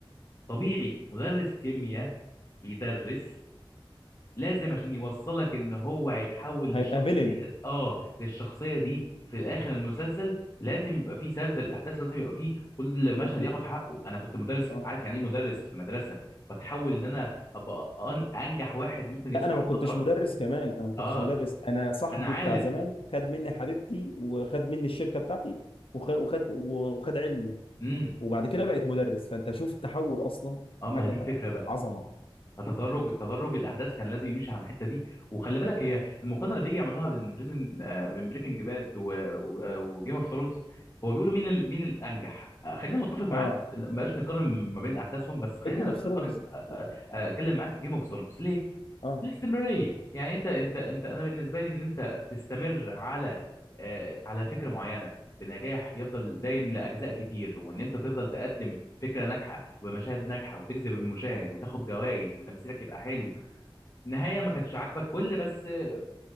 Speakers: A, on the left; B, on the left.
A: طبيعي مدرس كيمياء بيدرس لازم عشان يوصلك ان هو هيتحول للشخصيه
B: هيبقى فيلن
A: اه للشخصيه دي في الاخر المسلسل لازم يبقى فيه سرد الاحداث لازم يبقى فيه كل مشهد
B: اكيد
A: ياخد حقه انا كنت مدرس
B: اه
A: عارف يعني ايه مدرس في مدرسه واتحول ان انا ابقى أن- انجح واحد ممكن يصنع
B: لا انا ما كنتش
A: مخدرات
B: مدرس كمان انا ما كنتش
A: اه
B: مدرس انا صاحبي
A: انا عالم
B: بتاع زمان خد مني حبيبتي وخد مني الشركه بتاعتي وخ- وخد وخد علمي
A: امم
B: وبعد كده بقيت مدرس فانت شوف التحول اصلا
A: اه ما
B: حاجه
A: هي دي الفكره بقى
B: عظمه
A: فتدرج تدرج الاحداث كان لازم يمشي على الحته دي وخلي بالك هي المقارنه اللي بيجي يعملوها بين بريزن آه، بين بريكنج باد وجيم اوف ثرونز هو بيقولوا مين ال... مين الانجح آه، خلينا متفق معاك
B: اه
A: بلاش نقارن ما بين احداثهم بس خلينا
B: الجيم اوف ثرونز
A: اقارن آه،
B: الله
A: آه، آه، اتكلم معاك جيم اوف ثرونز ليه
B: اه
A: الاستمراريه يعني انت انت انت انا بالنسبه لي ان انت تستمر على آه على فكره معينه بنجاح يفضل دايم لاجزاء كتير وان انت تفضل تقدم فكره ناجحه ومشاهد ناجحه وتجذب المشاهد وتاخد جوائز وتمثيلك يبقى حلو النهايه ما كانتش عاجبك كل بس آه،